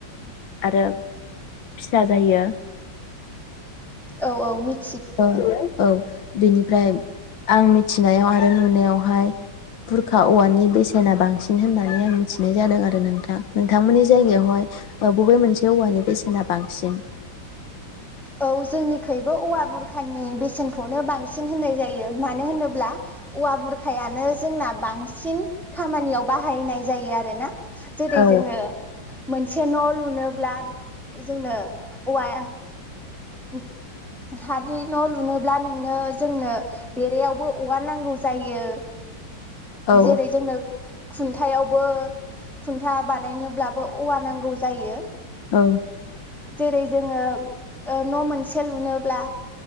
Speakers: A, on the left (about 75°); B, in the centre.
A: आरो फिसा जायो
B: औ औ मिथि
A: औ औ बिनिफ्राय आं मिथिनायाव आरो नुनायावहाय बुरखा औवानि बेसेना बांसिन होननानै आं मिथिनाय जादों आरो नोंथां नोंथांमोननि जायगायावहाय ओ बबे मोनसे औवानि बेसेना बांसिन
B: औ जोंनिखैबो औवा बुरखानि बेसेनखौनो बांसिन होननाय जायो मानो होनोब्ला औवा बुरखायानो जोंना बांसिन खामानियाव बाहायनाय जायो आरोना जेरै
A: औ
B: जोङो मोनसे न' लुनोब्ला जोंनो औवा औ हानि न' लुनोब्ला नोंनो जोंनो बेरायावबो औवा नांगौ जायो
A: औ
B: जेरै जोंनो खुन्थायाव बो खुन्था बानायनोब्लाबो औवा नांगौ जायो
A: औ
B: जेरै जोङो ओ न' मोनसे लुनोब्ला